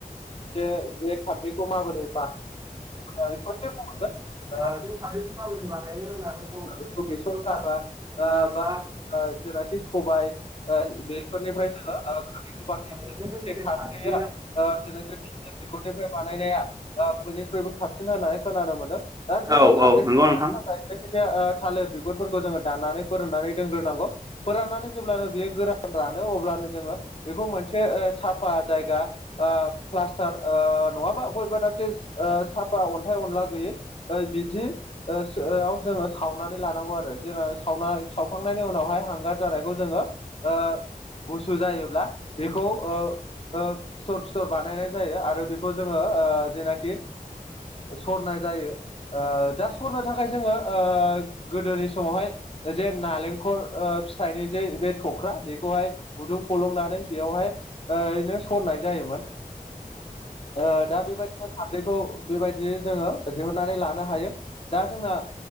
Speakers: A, on the left (about 40°); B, on the right (about 25°).
A: जे जे खारदैखौ माबोरै बानायो ओ ससे बुंहरदो।
B: फांनि खामानि बानायनो रोङाखै बर'फोरखौ
A: बेखौ बेसर
B: बे'
A: साबा ओ
B: ज
A: बा
B: <unintelligible>
A: ओ जेनाखि सबाय ओ बेफोरनिफ्राय जोंङो ओ खारदैखौ बानायनाय जायो।
B: <unintelligible>
A: <unintelligible> निफ्राय बानायनाया बयनिख्रुइबो साबसिन होननानै खोनानो मोनदों। दा जोंङो
B: औ
A: खारदैखौ
B: औ नंगौ
A: बानायनो
B: नोंथां
A: थाखाय जायखिजाया ओ थालिर बिगुरफोरखौ जोंङो दाननानै फोराननानै दोनग्रोनांगौ। फोराननानै जेब्लानो बेयो गोरान रानो अब्लानो जोंङो बेखौ मोनसे ओ साफा जायगा आ प्लास्टार ओ नंङाबा बयेबा दाबसे साफा अन्थाइ अनला गोयै ओइ बिदि ओ सोआव जोंङो सावनानै लानांगौ आरो जों सावना सावखांनायनि उनावहाय हांगार जानायखौ जोंङो ओ गुसु जायोब्ला बेखौ ओ ओ फिथर -फिथर बानायनाय जायो आरो बेखौ जोंङो ओ जेनाखि सरनाय जायो। ओ दा सरनो थाखाय जोंङो ओ गोदोनि समावहाय ओ जे नालेंखर ओ फिथाइनि जे बे थ'ख्रा बेखौहाय गुदुं फलंनानै बेवहाय ओ ओरैनो सरनाय जायोमोन। ओ दा बेबायदिनो खारदैखौ बेबायदियै जोंङो दिहुननानै लानो हायो। दा जोंना